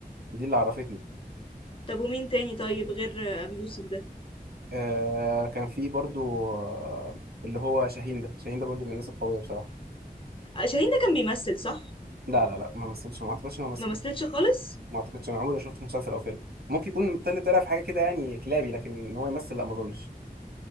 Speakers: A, on the right; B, on the left.
A: دي اللي عرفتني
B: طب ومين تاني طيب غير آه، أبي يوسف ده
A: آه، كان في برضو آه، اللي هو شاهين ده شاهين ده برضو من الناس القويه بصراحه
B: آه، شاهين ده كان بيمثل صح؟
A: لا لا لا ما مثلش ما اعتقدش انه مثل
B: ما مثلش خالص
A: ما اعتقدش انا عمري ما شفته في مسلسل او فيلم ممكن يكون طلع طلع في حاجه كده يعني كلابي لكن ان هو يمثل لا ما اظنش